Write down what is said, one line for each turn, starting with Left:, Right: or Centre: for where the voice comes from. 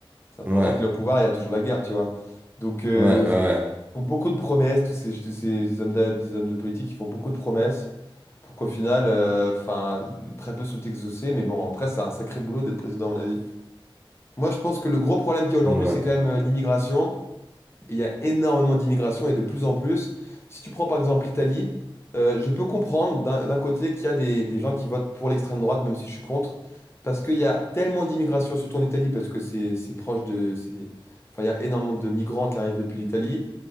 Left: Ça fait
Right: Ouais,
Left: longtemps qu'il est au pouvoir, il y a toujours la guerre, tu vois. Donc, euh,
Right: ouais, ouais,
Left: ils font beaucoup de promesses, tous ces, tous ces hommes de, des hommes de politique, ils font beaucoup de promesses pour qu'au final, euh, enfin, très peu sont exaucés. Mais bon, après, c'est un sacré boulot d'être président, à mon avis. Moi, je pense que le gros problème qu'il y a aujourd'hui,
Right: ouais.
Left: c'est quand même euh, l'immigration. Il y a énormément d'immigration et de plus en plus. Si tu prends par exemple l'Italie, euh, je peux comprendre d'un d'un côté qu'il y a des, des gens qui votent pour l'extrême droite, même si je suis contre, parce qu'il y a tellement d'immigration, surtout en Italie, parce que c'est c'est proche de... c'est- Enfin, il y a énormément de migrants qui arrivent depuis l'Italie.